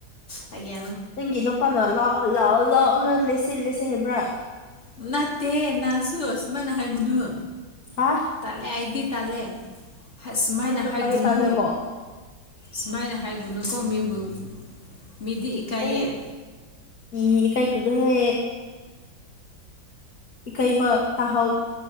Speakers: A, on the left; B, on the left.
A: ꯀꯒꯤ
B: ꯅꯪꯒꯤ ꯅꯨꯄꯥꯅ ꯂꯥꯛꯑꯣ ꯂꯥꯛꯑꯣ ꯂꯥꯛꯑꯣ ꯑꯉꯜꯂꯦꯁꯦꯠꯂꯦꯁꯦ ꯍꯥꯏꯕ꯭ꯔꯥ
A: ꯅꯅꯥ ꯇꯦ ꯅꯥꯟꯁꯨꯨ ꯁꯃꯥꯏ ꯅꯍꯥꯏꯒꯨꯅꯨ
B: ꯍꯥ
A: ꯇꯜꯂꯦ ꯑꯩꯗꯤ ꯇꯜꯂꯦ ꯍꯁ ꯁꯨꯃꯥꯏꯅ
B: ꯀꯔꯤꯅꯣ
A: ꯍꯥꯏꯒꯨꯅꯨ
B: ꯀꯔꯤ ꯇꯥꯜꯂꯦꯕꯣ
A: ꯁꯨꯃꯥꯏꯅ ꯍꯥꯏꯒꯨꯅꯨꯀꯣ ꯃꯤꯕꯨ ꯃꯤꯗꯤ ꯏꯀꯥꯏꯌꯦ
B: ꯀꯔꯤ ꯏ ꯏꯀꯥꯏ ꯒꯅꯨꯍꯦ ꯏꯀꯥꯏꯕ ꯇꯍꯧ